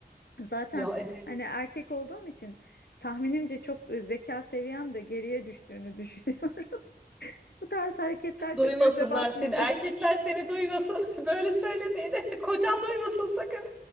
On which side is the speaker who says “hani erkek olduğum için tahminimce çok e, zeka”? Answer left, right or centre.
Left